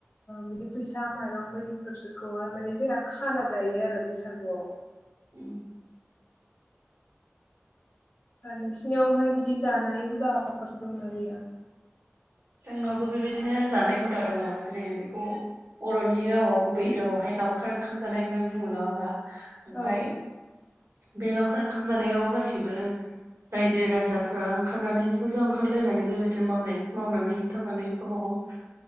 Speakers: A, on the left; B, on the right.
A: बिदि फैसा माइरं बायदिफोरखौहाय माने जोंना खाना जायो आरो बैसागुआव
B: ओम
A: नोंसिनियावहाय बिदि जानाय हुदाफोर दंना गैया?
B: जोंनावबो बेबायदिनो जानाय हुदा दङ जेरै बेखौ बर'नि रावाव गुबै रावआवहाय लावखार ओंखाम जानायबो बुङो नङा होमबा ओमफ्राय
A: औ
B: बे लावखार ओंखाम जानायाव गासैबो रायजो राजाफ्रा ओंखारनानै ज' ज' ओंखारलायनानै बेबायदि मावनाय मावनानै दांनानै गावबा गाव